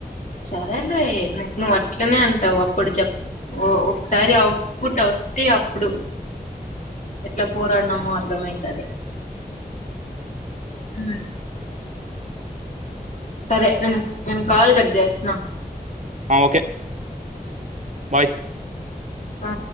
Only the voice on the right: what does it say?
అ ఓకే బాయ్